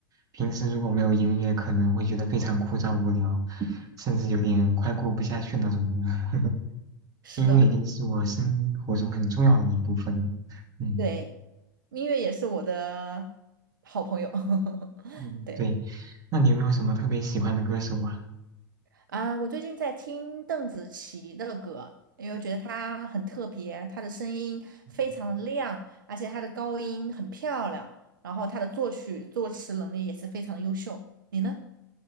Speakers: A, on the right; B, on the right.
A: 平时如果没有音乐，可能会觉得非常枯燥无聊，甚至有点快过不下去那种人 <laughs>
B: 是的，
A: 音乐已经是我生活中很重要的一部分了。嗯
B: 对，音乐也是我的好朋友。<laughs>
A: 嗯，
B: 对
A: 对。那你有没有什么特别喜欢的歌手啊？
B: 啊、我最近在听邓紫棋的歌，因为我觉得她很特别，她的声音非常的亮，
A: 嗯
B: 而且她的高音很漂亮，然后她的作曲作词能力也是非常优秀。你呢？